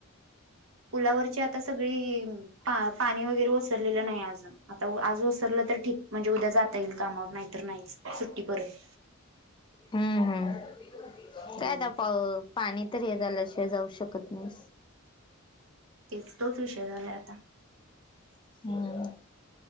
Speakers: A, on the right; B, on the left.
A: पुलावरची आता सगळी पाणी वगैरे ओसरलेलं नाही अजून आता आज ओसरलं तर ठीक. म्हणजे उद्या जाता येईल कामावर नाहीतर नाहीच सुट्टी परत.
B: हम्म हम्म
A: हम्म
B: काय आता पाणी तर हे झाल्याशिवाय जाऊ शकत नाही.
A: तेच तोच विषय झालाय आता.
B: हम,